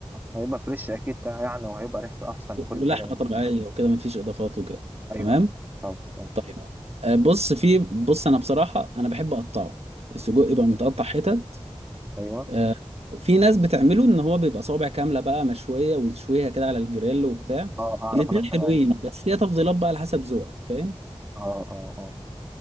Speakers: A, on the right; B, on the right.
A: آه. هيبقى فريش اكيد يعني وهيبقى ريحته احسن من كل
B: ولحمه
A: حاجه دي
B: طبيعيه وكده مفيش اضافات وكده
A: ايوه
B: تمام
A: طب طب
B: طيب آه، بص في بص انا بصراحه انا بحب اقطعه السجق يبقى متقطع حتت
A: ايوه
B: آه، في ناس بتعمله ان هو بيبقى صوابع كامله بقى مشويه ويتشويها كده على الجريل وبتاع
A: اه اعرف
B: الاتنين
A: انا اه
B: حلوين بس هي تفضيلات بقى على حسب ذوقك فاهم
A: اه اه